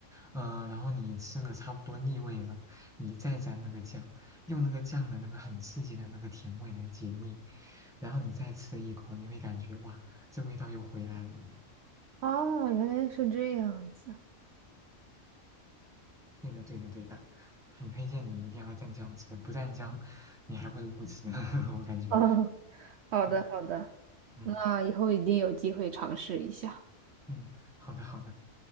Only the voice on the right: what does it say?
啊，原来是这样子。
<laughs> 哦，好的好的，
那以后一定有机会尝试一下。